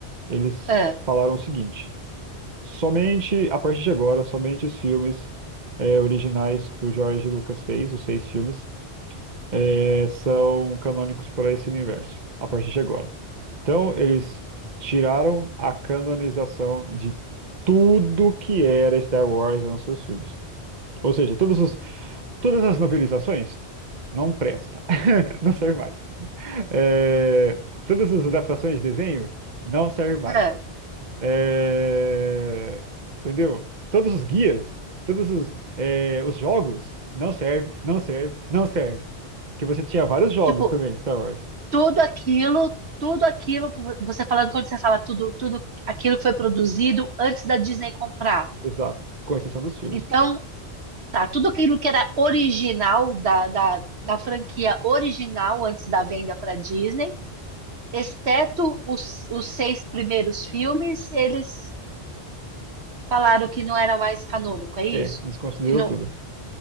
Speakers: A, on the right (about 45°); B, on the right (about 70°).
A: eles
B: É,
A: falaram o seguinte. Somente, a partir de agora, somente os filmes é, originais que o George Lucas fez, os seis filmes, é, são canônicos para esse universo, a partir de agora. Então, eles tiraram a canonização de tudo que era Star Wars nos seus filmes. Ou seja, todos os, todas as novelizações não presta, <laughs> não serve mais. É, todas as adaptações de desenho não serve mais.
B: é.
A: É, Entendeu? Todos os guias, todos os, é, os jogos, não serve, não serve, não serve. Porque você tinha vários jogos
B: Tipo,
A: também, Star Wars.
B: tudo aquilo, tudo aquilo que vo- você falando, quando você fala tudo, tudo aquilo que foi produzido antes da Disney comprar.
A: Exato. Com exceção dos filmes.
B: Então, Tá, tudo aquilo que era original da, da, da franquia original antes da venda para Disney, exceto os, os seis primeiros filmes, eles falaram que não era mais canônico, é isso?
A: É, desconsiderou
B: Que não...
A: tudo.